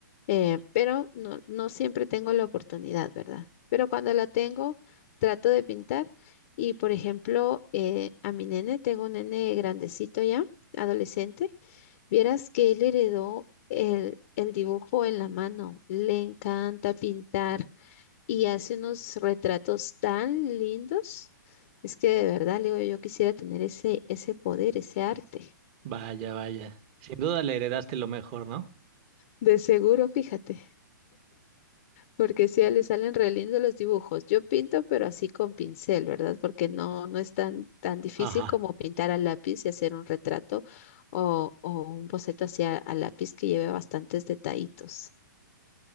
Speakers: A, on the left; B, on the right.
A: eh, pero no, no siempre tengo la oportunidad, ¿verdad? Pero cuando la tengo, trato de pintar. Y por ejemplo, eh, a mi nene, tengo un nene grandecito ya, adolescente. Vieras que él heredó el, el dibujo en la mano, le encanta pintar y hace unos retratos tan lindos. Es que de verdad, Leo, yo quisiera tener ese, ese poder, ese arte.
B: Vaya, vaya. Sin duda le heredaste lo mejor, ¿no?
A: De seguro, fíjate, porque sí, a él le salen re lindos los dibujos. Yo pinto, pero así con pincel, ¿verdad? Porque no, no es tan, tan difícil
B: Ajá.
A: como pintar a lápiz y hacer un retrato o, o un boceto hacia a lápiz que lleve bastantes detallitos.